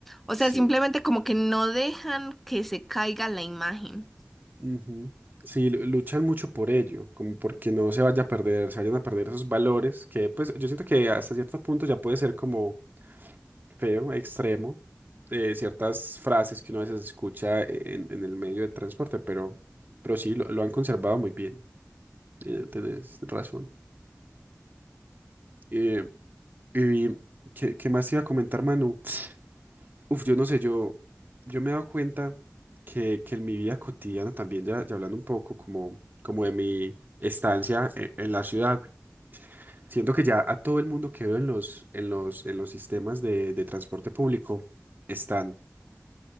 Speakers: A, in the centre; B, on the right (about 35°).
A: O sea,
B: Sí.
A: simplemente como que no dejan que se caiga la imagen.
B: Ujú. Sí, lu- luchan mucho por ello, como porque no se vaya a perder, se vayan a perder esos valores que pues yo siento que hasta cierto punto ya puede ser como feo, extremo, eh, ciertas frases que uno a veces escucha en, en el medio de transporte, pero, pero sí, lo, lo han conservado muy bien, eh, tenés razón. Eh, y ¿qué, qué más iba a comentar, Manu? Uf, yo no sé, yo, yo me he dado cuenta que, que en mi vida cotidiana también, ya, ya hablando un poco como, como de mi estancia e- en, la ciudad, siento que ya a todo el mundo que veo en los, en los, en los sistemas de, de transporte público están